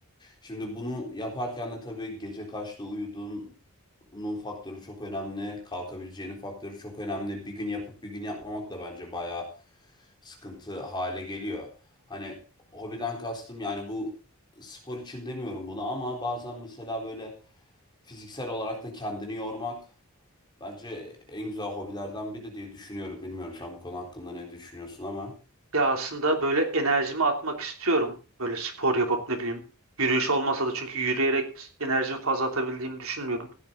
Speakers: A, on the left (about 20°); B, on the right (about 65°).
A: Şimdi bunu yaparken de tabii gece kaçta uyuduğunun faktörü çok önemli. Kalkabileceğinin faktörü çok önemli. Bir gün yapıp bir gün yapmamak da bence bayağı sıkıntı hale geliyor. Hani hobiden kastım yani bu spor için demiyorum bunu ama bazen mesela böyle fiziksel olarak da kendini yormak Bence en güzel hobilerden biri diye düşünüyorum. Bilmiyorum sen bu konu hakkında ne düşünüyorsun ama.
B: Ya aslında böyle enerjimi atmak istiyorum. Böyle spor yapıp ne bileyim yürüyüş olmasa da çünkü yürüyerek enerjimi fazla atabildiğimi düşünmüyorum.